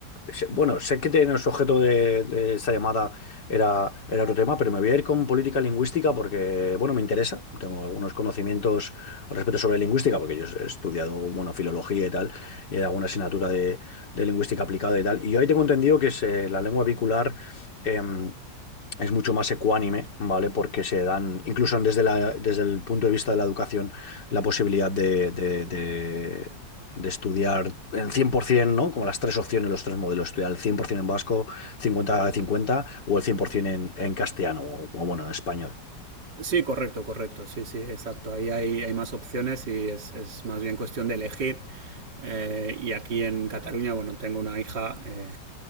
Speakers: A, on the left (about 65°); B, on the right (about 70°).
A: se- bueno, sé que tiene el objeto de, de esta llamada era, era otro tema, pero me voy a ir con política lingüística porque, bueno, me interesa. Tengo algunos conocimientos al respecto sobre lingüística, porque yo he estudiado, bueno, filología y tal, y hay alguna asignatura de, de lingüística aplicada y tal. Y yo ahí tengo entendido que es, eh, la lengua bicular... em, es mucho más ecuánime, ¿vale? Porque se dan, incluso desde la, desde el punto de vista de la educación la posibilidad de, de- de- de estudiar en 100%, ¿no? Como las tres opciones, los tres modelos, estudiar el 100% en vasco, 50 cincuenta o el 100% en, en castellano o, o, bueno, en español.
B: Sí, correcto, correcto. Sí, sí, exacto. Ahí hay, hay más opciones y es, es más bien cuestión de elegir. Eh, y aquí en Cataluña, bueno, tengo una hija eh,